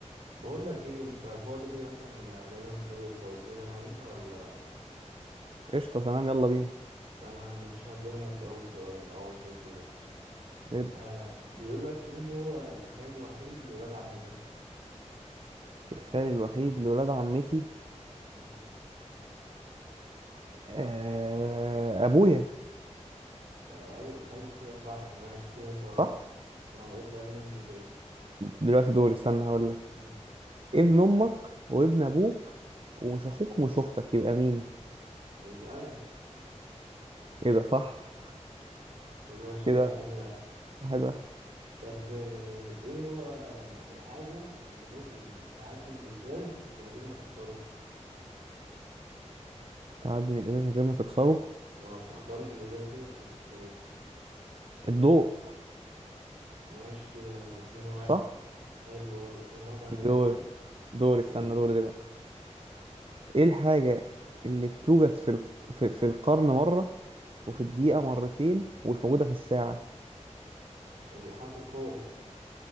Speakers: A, on the right; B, on the right.
A: بقول لك ايه انت فاضي كده مثلا نعمل مسابقة فوازير انا وانت ولا
B: قشطة تمام يلا بينا
A: تمام ماشي هبدأ انا بأول سؤال اول فزورة
B: نبدأ
A: آه بيقول لك مين هو الخال الوحيد لولاد عمتك
B: الخال الوحيد لولاد عمتي
A: مم.
B: آه، أبويا
A: آه ايوه حلو كده صح ماشي كده انت واحد
B: صح؟
A: اه اسألني انت كده
B: دلوقتي دوري استنى هقول لك
A: مم.
B: ابن أمك وابن أبوك ومش أخوك ومش أختك يبقى مين؟
A: يبقى انا
B: إيه ده صح؟
A: طب ماشي
B: كده
A: كده واحد واحد
B: واحد واحد
A: طب آه، ايه هو الحاجة اللي ممكن تعدي من الازاز من غير ما تكسره؟
B: تعدي من الإزاز من غير ما تكسره
A: اه بتخترق الازاز كده بس ما بتكسروش
B: الضوء
A: ماشي كده اتنين واحد
B: صح؟
A: حلو أوي اتنين واحد أنا ليا
B: دوري
A: سؤال
B: دوري
A: قول
B: استنى
A: كده
B: دوري دلوقتي إيه الحاجة اللي بتوجد في ال... في... في القرن مرة وفي الدقيقة مرتين ومش موجودة في الساعة؟
A: الحرف القاف